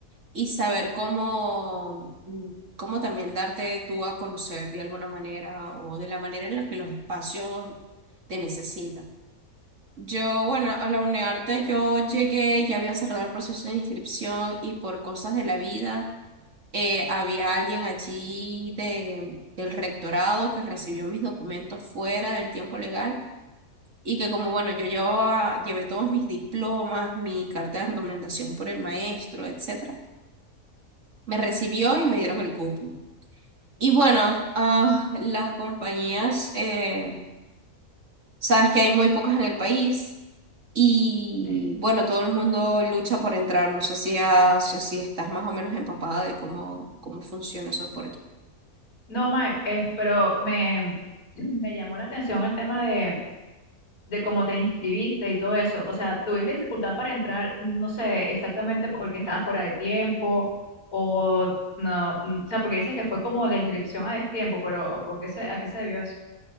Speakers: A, on the right; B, on the left.
A: y saber cómo, mm, cómo también darte tú a conocer de alguna manera o de la manera en la que los espacios te necesitan. Yo, bueno, a la UNEARTE yo llegué, ya había cerrado el proceso de inscripción y por cosas de la vida, eh, había alguien allí de, del rectorado que recibió mis documentos fuera del tiempo legal y que como, bueno, yo llevaba, llevé todos mis diplomas, mi carta de recomendación por el maestro, etcétera, me recibió y me dieron el cupo. Y bueno, ah, las compañías, eh, sabes que hay muy pocas en el país Y
B: Eh,
A: bueno, todo el mundo lucha por entrar. No sé si, has- si si estás más o menos empapada de cómo, cómo funciona eso por aquí.
B: No, Mae, eh, pero me, <clears throat> me llamó la atención el tema de, de cómo te inscribiste y todo eso. O sea, ¿tuviste dificultad para entrar? No sé exactamente porque estabas fuera de tiempo o no. n- O sea, porque dices que fue como la inscripción a destiempo, pero ¿por qué se, a qué se debió eso?